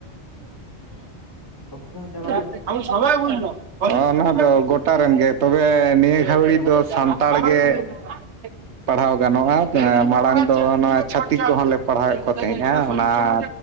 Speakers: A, on the left (about 20°); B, on the right (about 80°).
A: ᱚᱠᱛᱚ ᱦᱚᱸ ᱪᱟᱵᱟ ᱜᱚᱫᱚᱜ
B: <unintelligible> <unintelligible> ᱱᱚᱣᱟ ᱫᱚ ᱜᱚᱴᱟ ᱨᱮᱱ ᱜᱮ ᱛᱚᱵᱮ ᱱᱤᱭᱟᱹ ᱦᱮᱸ <unintelligible> ᱫᱚ ᱥᱟᱱᱛᱟᱲ ᱜᱮ ᱯᱟᱲᱦᱟᱣ ᱜᱟᱱᱚᱜᱼᱟ ᱢᱟᱲᱟᱝ ᱫᱚ ᱱᱚᱣᱟ ᱪᱷᱟᱹᱛᱤᱠ ᱠᱚᱦᱚᱸᱞᱮ ᱯᱟᱲᱦᱟᱣᱮᱫ ᱠᱚ ᱛᱟᱦᱮᱸᱫᱼᱟ ᱚᱱᱟ